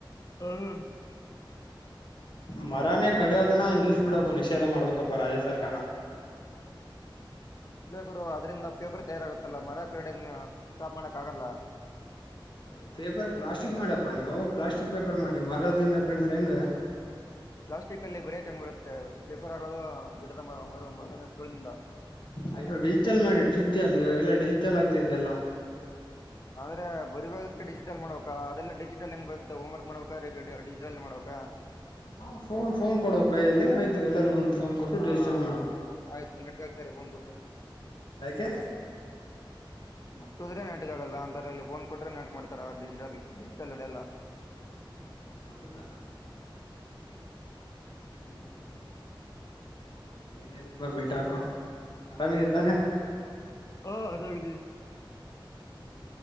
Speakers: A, on the left; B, on the left.
A: ಹ್ಮ ಹ್ಮ
B: ಮರಾನೇ ಕಡಿಯೋದನ್ನ ನಿಲ್ಸ್ ಬಿಡು ನಿಷೇಧ ಮಾಡ್ಬೇಕಪ್ಪಾ ರಾಜ ಸರ್ಕಾರ <unintelligible>
A: ಇಲ್ಲ ಗುರು ಅದ್ರಂದ ಪೇಪರ್ ತಯಾರಾಗುತ್ತಲ್ಲ ಮರ ಕ್ರಡೆ ಸ್ಟಾಪ್ ಮಾಡಕ್ ಆಗಲ್ಲ
B: ಅಯ್ಯೋ ಪೇಪರ್ ಪ್ಲಾಸ್ಟಿಕ್ ಮಾಡ್ಯಪ್ಪಾ ನೀವವು ಪ್ಲಾಸ್ಟಿಕ್ ಪೇಪರ್ ಮಾಡಿ ಮರದಿಂದ ಕಡಿದ್ರೆ ಹೆಂಗ
A: ಪ್ಲಾಸ್ಟಿಕ್ ಅಲ್ಲಿ ಬರಕ್ಂಗ್ ಬರುತ್ತೆ ಪೇಪರ್ ಆಗೋದು ಗಿಡದ ತಿಳಿನಿಂದ
B: ಅಯ್ಯೋ ಡಿಜಿಟಲ್ ಮಾಡಿ ಡಿಜಿಟಲ್ ಇವಾಗೆಲ್ಲಾ ಡಿಜಿಟಲ್ ಆಗ್ತಿದೆ ಎಲ್ಲ
A: ಆದ್ರೆ ಬರುವವಾಗೆ ಡಿಜಿಟಲ್ ಮಾಡ್ಬೇಕಾ ಅದೆಲ್ಲ ಡಿಜಿಟಲ್ ಹೆಂಗ್ ಬರುತ್ತೆ ಹೋಮ್ರ್ಕ್ ಮಾಡ್ಬೇಕಾ ಡಿಜಿಟಲ್ ಮಾಡ್ಬೇಕ ಹ
B: ಹ ಫೋನ್ ಫೋನ್ ಕೊಡ್ ಕೈಯಲ್ಲಿ ಆಯ್ತು ಎಲ್ಲರಿೂ ಒಂದು ಫೋನ್ ಕೊಟ್ಟು
A: ಹ
B: ಡಿಜಿಟಲ್ ಮಾಡ
A: ಆಯ್ತು ನೆಟ್ಗಾಗ್ತಾರೆ ಫೋನ್ ಕೊಟ್ರೆ
B: ಯಾಕೆ
A: ಬುಕ್ದ್ರೆ ನೆಟ್ಗ ಆಗಲ್ಲ ಅಂತರ ಇಲ್ಲಿ ಫೋನ್ ಕೊಟ್ರೆ ನೆಟ್ ಮಾಡ್ತಾರ ಡಿಜಿಟಲ್ ಡಿಜಿಟಲ್ ಅಡೆ ಎಲ್ಲ
B: ಹೌದಾ ಹ್ಮ್ ಏನೇ ಇಲ್ಪ ಬಿಟಾಕು ಆರಾಮಿದ ತಾನ
A: ಹಾ ಅದೇ ವಿಧ
B: ಹ್ಮ್